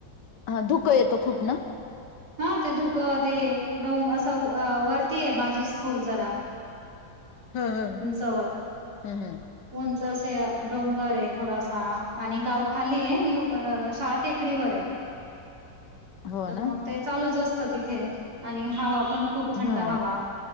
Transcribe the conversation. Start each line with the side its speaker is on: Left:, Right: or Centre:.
Left: हा धुकं येतं खूप ना.
Right: हा ते धुक ते डोंग असं वरतीय माझी स्कूल जरा.
Left: ह ह
Right: उंचावर
Left: हम्म हम्म
Right: उंच अस डोंगर आहे थोडासा आणि गावखाली आहे आणि शाळा टेक कडीवर हाय
Left: हो
Right: तर
Left: ना
Right: मग चालूच असतं तिथे आणि हवा पण खूप थंड
Left: हा
Right: हवा